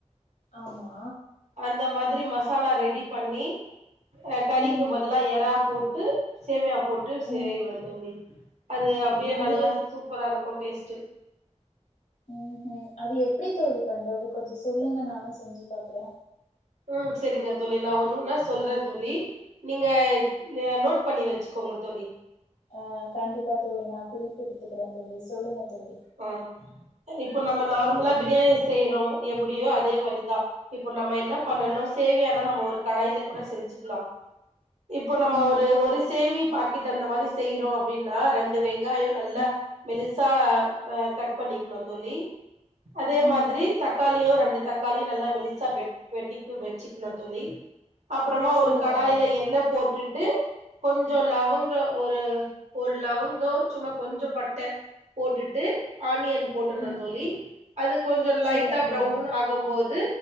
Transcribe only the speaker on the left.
ஆமா
ம்
ம்
அது
எப்
ம் ஹம் அது எப்டி தோழி பண்றது கொஞ்சம் சொல்லுங்க நானு செஞ்சி பாக்குறேன்
ஆ கண்டிப்பா தோழி நான் குறிப்ப எடுத்துக்கிறேன் தொழி சொல்லுங்க தோழி
ம்
ம்
ம்
சொல்லுங்க
தோழி
ம்
சொல்லுங்க
தோழி